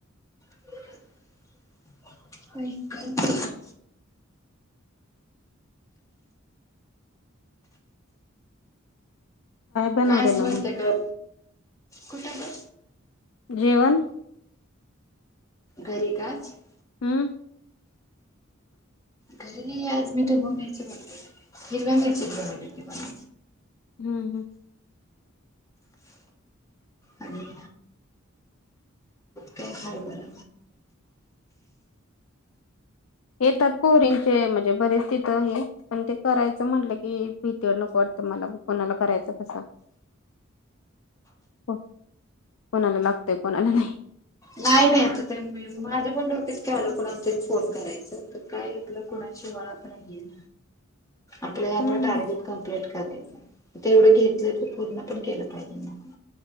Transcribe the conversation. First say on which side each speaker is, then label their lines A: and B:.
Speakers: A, on the left; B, on the left.
A: काक
B: बनवलेलं
A: काय असवस्थ
B: मग
A: का कुठलं?
B: जेवण?
A: घरी का आज
B: हम्म
A: घरी आज मी ठबुन मिरची बनते हिरव्या मिरचीच बनवलीेते पण.
B: हम्म हम्म
A: आणि काय हरभरा
B: येतात पोहरींचे म्हणजे बरेच तिथं हे पण ते करायचं म्हटलं कि, भितोय नको वाटतं मला कोणाला करायचं का साग. हो, कोणाला लागतय कोणाला नाही.
A: नाही नाही येत <unintelligible> माझं पण डोक्यात काय आलं, कुणाला तरी फोन करायच तर काय आपलं कुणाशी वाद नाय आपल्या आपलं
B: हम्म
A: टार्गेट कंप्लीट करायच ते एवढे घेतले ते पूर्ण पण केलं पाहिजे मला.